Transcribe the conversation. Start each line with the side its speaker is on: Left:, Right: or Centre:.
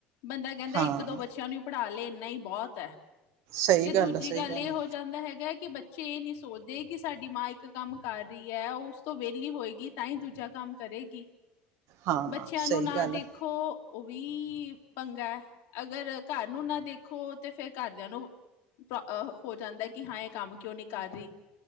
Left: ਬੰਦਾ ਕੈੰਦੈ
Right: ਹਾਂ
Left: ਇੱਕ ਦੋ ਬੱਚਿਆਂ ਨੂੰ ਈ ਪੜਾ ਲੇ। ਨਈ ਬਹੁਤ ਐ।
Right: ਸਹੀ
Left: ਤੇ ਦੂਜੀ
Right: ਹੈ ਸਹੀ
Left: ਗੱਲ ਏ
Right: ਹੈ,
Left: ਹੋ ਜਾਂਦਾ ਹੈਗਾ ਕਿ ਬੱਚ ਬਚੇ ਨੀ ਸੋਚਦੇ ਕਿ ਸਾਡੀ ਮਾਂ ਇੱਕ ਕੰਮ ਕਰ ਰਹੀ ਐ, ਓ ਉਸ ਤੋਂ ਵੇਲੀ ਹੋਏਗੀ, ਤਾਂ ਈ ਦੂਜਾ ਕੰਮ ਕਰੇਗੀ।
Right: ਹਾਂ
Left: ਬੱਚਿਆਂ ਨੂੰ
Right: ਸਹੀ
Left: ਨਾ
Right: ਗੱਲ
Left: ਦੇਖੋ
Right: ਹੈ
Left: ਓਵੀ ਪੰਗੈ ਅਗਰ ਘਰ ਨੂੰ ਨਾ ਦੇਖੋ, ਤੇ ਫੇਰ ਘਾਰਦਿਆਂ ਨੂੰ <unintelligible> ਹੋ ਜਾਂਦੈ ਏ ਕਿ ਹਾਂ ਏ ਕੰਮ ਕਿਉਂ ਨੀ ਕਰ ਰੀ।